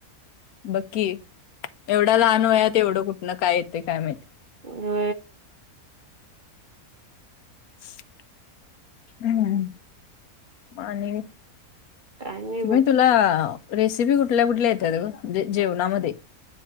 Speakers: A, on the left; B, on the right.
A: बक्की एवढा लहानूयात एवढं कुठनं काय येते काय माहिितय
B: हो
A: <inaudible> हम्म माणी
B: काय नाही
A: कु
B: बघ
A: म तुला रेसिपी कुठल्या कुठल्या येत ग जेवणामध्ये